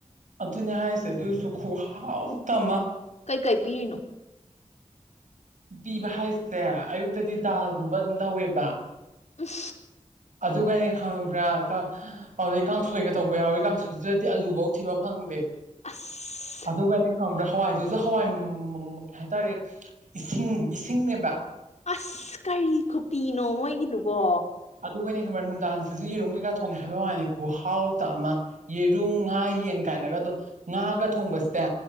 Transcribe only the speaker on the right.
ꯑꯗꯨꯅꯦ ꯍꯥꯏꯔꯤꯁꯦ ꯑꯗꯨꯁꯨ ꯈꯨꯍꯥꯎ ꯇ ꯑꯃ
ꯄꯤꯕ ꯍꯥꯏꯁꯦ ꯑꯌꯨꯛꯇꯗꯤ ꯗꯥꯜꯒꯨꯝꯕ ꯑꯗꯨꯝ ꯇꯧꯋꯦꯕ
ꯑꯗꯨꯒꯅꯦ ꯈꯪꯕ꯭ꯔꯥ ꯀ ꯄꯗꯩ ꯀꯥꯡꯁꯣꯏꯒ ꯇꯧꯕ ꯌꯥꯎꯋꯤ ꯀꯥꯡꯁꯣꯏꯗꯨꯗꯗꯤ ꯑꯂꯨꯕꯧ ꯊꯤꯕ ꯐꯪꯗꯦ
ꯑꯗꯨꯒꯅꯦ ꯈꯪꯕ꯭ꯔꯥ ꯍꯋꯥꯏꯗꯨꯁꯨ ꯍꯋꯥꯏ ꯀꯩ ꯍꯥꯏꯇꯥꯔꯦ ꯏꯁꯤꯡ ꯏꯁꯤꯡꯅꯦꯕ
ꯑꯗꯨꯒꯅꯤ ꯈꯪꯕ꯭ꯔ ꯅꯨꯡꯗꯥꯡꯁꯤꯁꯨ ꯌꯦꯔꯨꯝ ꯀꯩꯀꯥ ꯊꯣꯡꯉꯦ ꯍꯥꯏꯕ ꯋꯥꯅꯤ ꯈꯨꯍꯥꯎꯇ ꯑꯃ ꯌꯦꯔꯨꯝ ꯉꯥ ꯌꯦꯟ ꯀꯥꯏꯅꯒ ꯑꯗꯨꯝ ꯉꯥꯒ ꯊꯣꯡꯕꯁꯦ